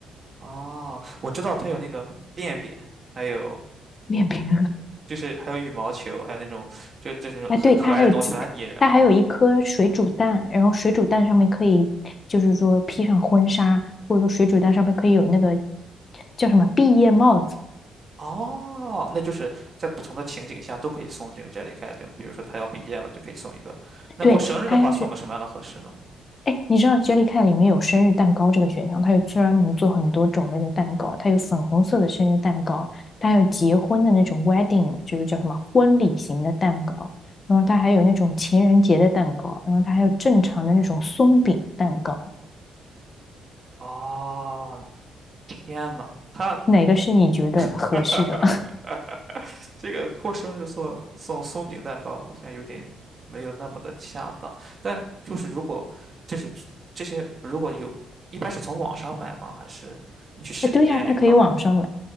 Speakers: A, on the right (about 40°); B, on the left (about 35°).
A: 啊，我知道他有那个便便，还有
B: 面 <laughs> 饼
A: 就是还有羽毛球，还有那种就就是那种很可爱的东西，
B: 哎，对，它还有鸡，
A: 把它拟人化。
B: 它还有一颗水煮蛋，然后水煮蛋上面可以，就是说披上婚纱，或者说水煮蛋上面可以有那个叫什么毕业帽子。
A: 哦，那就是在不同的情景下都可以送这个 Jellycat，对吗？比如说他要毕业了，就可以送一个。那过生日的话，
B: 对，它要是，
A: 送个什么样的合适呢？
B: 哎，你知道 Jellycat 里面有生日蛋糕这个选项，它有专门做很多种类的蛋糕，它有粉红色的生日蛋糕，它还有结婚的那种 wedding，就是叫什么婚礼型的蛋糕，然后它还有那种情人节的蛋糕，然后它还有正常的那种松饼蛋糕，
A: 哦，天呐，他
B: 哪个是你觉得合适的？
A: <laughs> 这个过生日送送松饼蛋糕好像有点没有那么的恰当。但就是如果这是这些如果有，一般是从网上买吗？还是你去实体店里碰？
B: 哎，对呀、它可以网上买，